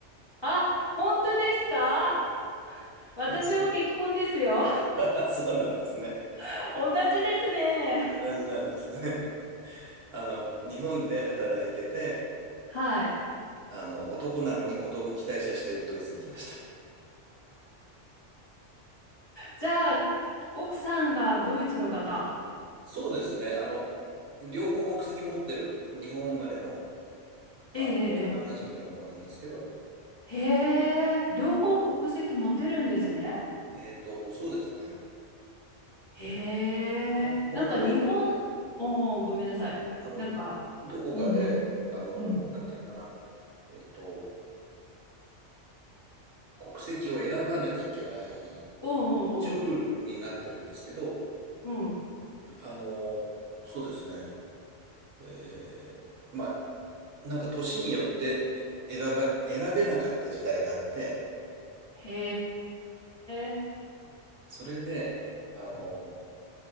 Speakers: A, on the left; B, on the right.
A: あ、本当ですか
B: はい。
A: 私も結婚ですよ。
B: <laughs> あそうなんですね。
A: <laughs> 同じですね。
B: 同じなんですね。あの、日本で働いてて、
A: はい。
B: あの、男なのに寿退社してドイツに来ました。
A: じゃあ、奥さんがドイツの方。
B: そうですね。あの、両方国籍持ってる日本生まれの、
A: ええ、
B: あの、幼馴染の子なんですけど、
A: ええ。ええへえ、両方国籍持てるんですね。
B: えっと、そうですね。
A: へえ、
B: ほ本当は、
A: なんか日本、おお、ごめんなさい。
B: あの、
A: なんか、
B: どこかで、
A: うんうん、
B: あの、
A: うん。
B: なんていうのかな。えっと、国籍を選ばなきゃいけない、
A: うんうん
B: 一応ルールになってるんですけど、
A: うん、うん。
B: あの、そうですね。えーまあ、なんか年によってえ選ば、選べなかった時代があって、
A: へえ、
B: それで、あの、